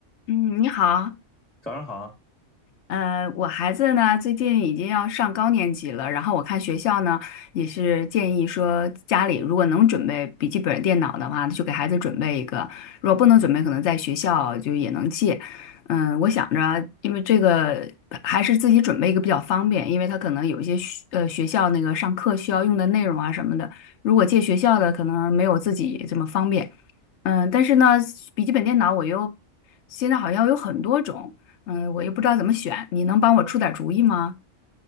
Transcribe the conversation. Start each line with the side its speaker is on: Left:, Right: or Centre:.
Left: 嗯，你好，
Centre: 早上好，
Left: 呃，我孩子呢最近已经要上高年级了，然后我看学校呢也是建议说，家里如果能准备笔记本电脑的话，就给孩子准备一个；如果不能准备，可能在学校就也能借。嗯，我想着，因为这个还是自己准备一个比较方便，因为他可能有一些学呃学校那个上课需要用的内容啊什么的，如果借学校的可能没有自己这么方便。嗯，但是呢，笔记本电脑我又现在好像有很多种。嗯，我又不知道怎么选，你能帮我出点儿主意吗？